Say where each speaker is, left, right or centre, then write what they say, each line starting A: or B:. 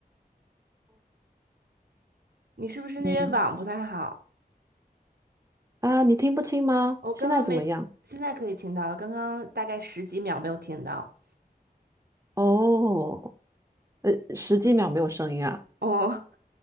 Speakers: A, on the right; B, on the right.
A: 你是不是那边网不太好？
B: 嗯啊，你听不清吗？
A: 我刚刚没，
B: 现在怎么样？
A: 现在可以听到了，刚刚大概十几秒没有听到。
B: 哦，呃，十几秒没有声音啊。
A: 哦，